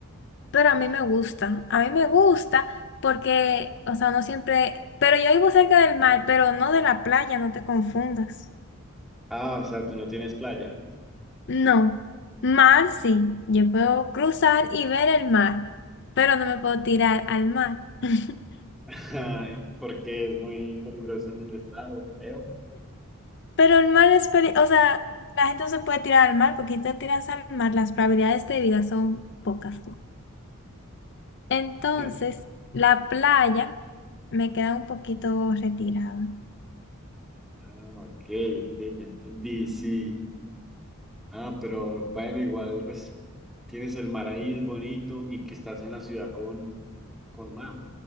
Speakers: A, on the left; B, in the centre.
A: Pero a mí me gusta, a mí me gusta porque, o sea, no siempre, pero yo vivo cerca del mar, pero no de la playa, no te confundas.
B: Ah, o sea, tú no tienes playa.
A: No, mar sí, yo puedo cruzar y ver el mar, pero no me puedo tirar al mar. <laughs>
B: <laughs> Ay, ¿por qué? Es muy peligroso en donde estás, es feo.
A: Pero el mar es, peli- o sea, la gente no se puede tirar al mar porque si te tiras al mar, las probabilidades de vida son pocas. Entonces,
B: <laughs>
A: la playa me queda un poquito retirada.
B: Ah, ok, ok, ya entendí, sí. Ah, pero bueno, igual pues tienes el mar ahí, es bonito, y que estás en la ciudad con, con mar,